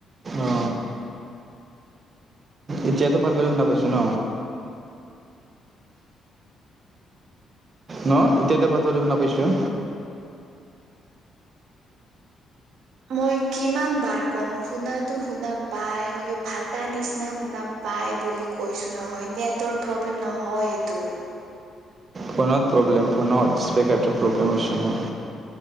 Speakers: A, on the right; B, on the right.
A: অ এতিয়াতো ভালদৰে শুনা পাইছো ন? ন এতিয়াটো ভালদৰে শুনা পাইছো?
B: মই কিমান বাৰ ক'ম শুনাতো শুনা পাই হলেও ফাটা নিচিনা শুনা পাই বুলি কৈছো নহয় নেটৱৰ্ক প্ৰব্লেম নহয় সেইটো।
A: ফোনত প্ৰব্লেম ফোনত স্পীকাৰটো প্ৰব্লেম হৈছে মোৰ।